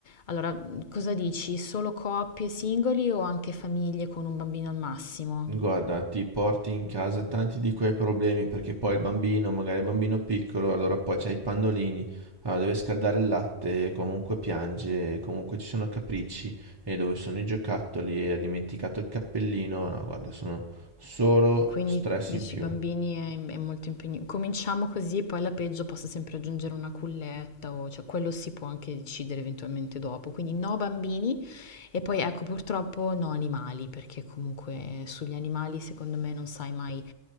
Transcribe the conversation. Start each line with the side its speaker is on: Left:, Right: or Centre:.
Left: Allora, cosa dici? Solo coppie, singoli o anche famiglie con un bambino al massimo?
Right: Guarda, ti porti in casa tanti di quei problemi perché poi il bambino, magari il bambino piccolo, allora poi c'hai i pannolini, allora deve scaldare il latte, comunque piange, comunque ci sono capricci e dove sono i giocattoli e ha dimenticato il cappellino. No, guarda, sono solo
Left: Quindi
Right: stress
Left: dici
Right: in più.
Left: bambini è, è molto impegnativo. Cominciamo così e poi alla peggio posso sempre aggiungere una culletta o cioè quello si può anche decidere eventualmente dopo. Quindi no bambini e poi ecco purtroppo no animali perché comunque sugli animali secondo me non sai mai,